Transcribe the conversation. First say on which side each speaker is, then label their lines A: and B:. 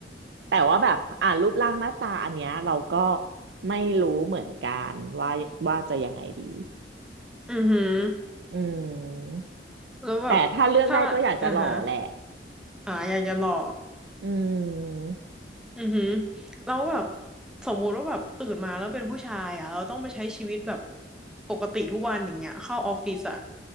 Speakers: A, on the right (about 65°); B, in the centre.
A: แต่ว่าแบบอ่ารูปร่างหน้าตาอันเนี้ยเราก็ไม่รู้เหมือนกันว่าว่าจะยังไงดี
B: อือหือ
A: อืม
B: แล้วแบบถ้าอ่าฮะ
A: แต่ถ้าเลือกได้ก็อยากจะหล่อแหละ
B: อ่าอยากจะหล่อ
A: อืม
B: อือหือแล้วแบบสมมุติว่าแบบตื่นมาแล้วเป็นผู้ชายอ่ะเราต้องไปใช้ชีวิตแบบปกติทุกวันอย่างเงี้ยเข้าออฟฟิศอ่ะ